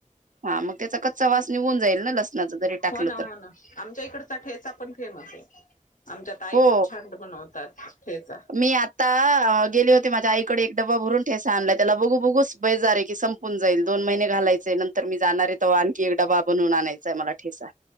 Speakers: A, on the right; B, on the left.
A: हा मग, त्याचा कच्चा वास निघून जाईल ना, लसणाच जरी टाकलं
B: हो ना
A: तरी.
B: हो आमच्या इकडचा ठेचा पण फेमस ए. आमच्या ताई
A: हो
B: खूप छान बनवतात ठेचा!
A: मी आता गेले होते, माझ्या आईकडे एक डब्बा भरून ठेसा आणलाय. त्याला बघू बघूस बेजार ए, की संप न जाईल. दोन महिने घालायचेय, नंतर मी जाणार हे तव्हा आणखी एक डबा बनून आणायचाय मला ठेचा.